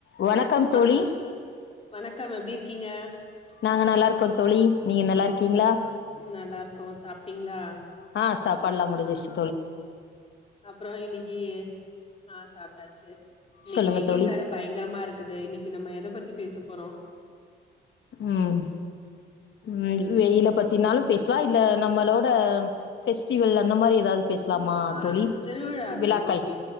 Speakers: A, on the left; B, on the left.
A: வணக்கம்
B: வணக்
A: தோழி
B: வணக்கம் எப்டி இருக்கீங்க
A: நாங்க நல்லா இருக்கோ தோழி நீங்க நல்லா இருக்கீங்ளா
B: உம் நல்லா இருக்கோ சாப்ட்டீங்களா
A: ஆஹ் சாப்பாட்ல்லா முடுசிஸ்ஸு
B: அப்புறோ இன்னிக்கி ஆஹ் சாப்ட்டாச்சு இன்னைக்கி
A: சொல்லுங்கள்
B: வெயில்
A: தோழி
B: வேற பயங்கரமா இருக்குது இன்னைக்கி நம்ம எத பத்தி பேசுப் போரோ
A: உம் வெயில் வெயில பத்தினாலும் பேஸ்லா இல்ல நம்மளோட ஃபெஸ்டிவல் அந்த மாரி எதாது பேஸ்லாமா
B: ஆ
A: தோழி
B: திருவிழாக்கள்
A: விழாக்கள்
B: ஓகே